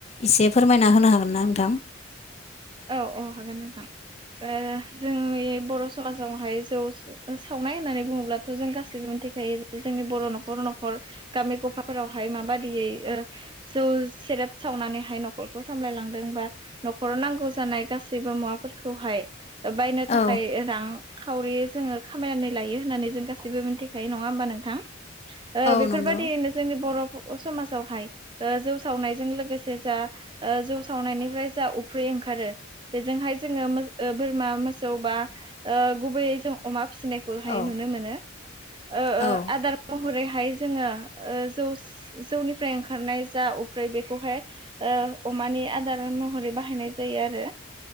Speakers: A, on the left; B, on the right.
A: एसे फोरमायना होनो हागोन ना नोंथां
B: औ औ हागोन नोंथां ओ जोंनि बर' समाजावहाय जौ सावनाय होननानै बुङोब्लाथ' जों गासैबो मिथिखायो जोंनि बर' न'खर न'खर गामि गफाफोरावहाय माबायदियै ओ जौ सेरेब सावनानैहाय न'खरखौ सामलायलां लांदोंबा नखराव नांगौ जानाय गासैबो मुवाफोरखौहाय बायनो थाखाय
A: औ
B: रां सावरि जोङो खामायनानै लायो होननानै जों गासैबो मिथिखायो नङा होमबा नोंथां
A: औ
B: बेफोरबायदियैनो
A: नंगौ
B: जोंनि बर' अ समाजावहाय ओ जौ सावनायजों लोगोसे जा ओ जौ सावनायनिफ्राय जा अफ्रि ओंखारो बेजोंहाय जोङो बोरमा मोसौ बा गुबैयै जों अमा फिसिनायखौहाय
A: औ
B: नुनो मोनो ओ ओ
A: औ
B: आदार महरैहाय जोङो ओ जौस जौनिफ्राय ओंखारनाय जा अफ्रि बेखौहाय ओ अमानि नि आदार महरै बाहायनाय जायो आरो